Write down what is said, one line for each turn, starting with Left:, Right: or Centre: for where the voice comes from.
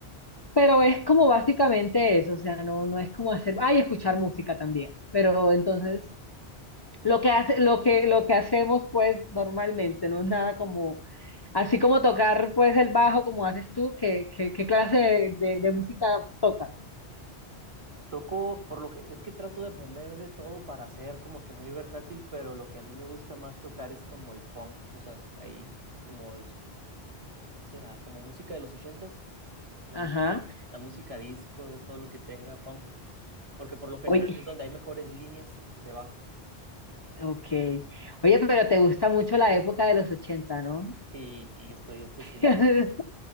Left: pero es como básicamente eso, o sea, no, no es como hacer, ay, escuchar música también, pero entonces lo que hace, lo que, lo que hacemos pues normalmente, no es nada como, así como tocar pues el bajo como haces tú, ¿qué, qué, qué clase de, de- de música tocas?
Right: Toco, por lo que, es que trato de aprender de todo para ser como que muy versátil, pero lo que a mí me gusta más tocar es como el funk, o sea, es- ahí es como es ¿Qué será? ¿Como música de los ochentas? La
Left: Ajá.
Right: música, la música disco, todo lo que tenga funk. Porque por lo general
Left: Oye,
Right: es donde hay mejores líneas de bajo.
Left: ok. Oye, pero te gusta mucho la época de los 80, ¿no?
Right: Sí, sí, yo estoy obsesionado.
Left: <laughs>